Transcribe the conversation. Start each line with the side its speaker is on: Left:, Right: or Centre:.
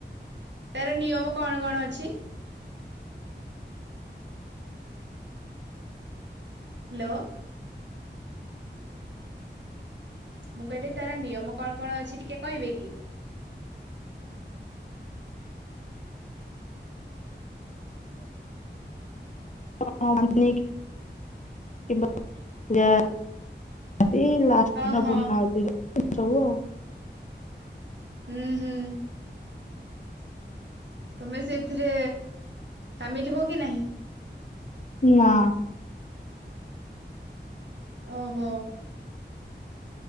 Right: ତାର ନିୟମ କଣ କଣ ଅଛି? ହାଲୋ। ମୁଁ କହିଲି ତାର ନିୟମ କଣ କଣ ଅଛି ଟିକେ କହିବେ କି?
Left: <unintelligible> ଲାଷ୍ଟ ପୂର୍ଣ ହ ସବୁ ଆଉ
Right: ହଁ ହଁ
Left: <unintelligible>
Right: ହୁଁ ହୁଁ। ତମେ ସେଇଥିରେ ସାମିଲ ହୁଅ କି ନାହିଁ।
Left: ନା।
Right: ଓହୋ।